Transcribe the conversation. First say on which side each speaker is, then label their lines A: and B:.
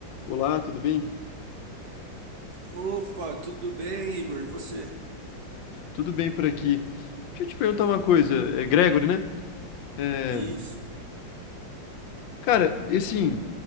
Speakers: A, on the left; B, on the right.
A: Olá, tudo bem?
B: Opa, tudo bem, Igor? E Você?
A: Tudo bem por aqui. Deixa eu te perguntar uma coisa, é Gregory, né? É,
B: Isso.
A: cara, assim,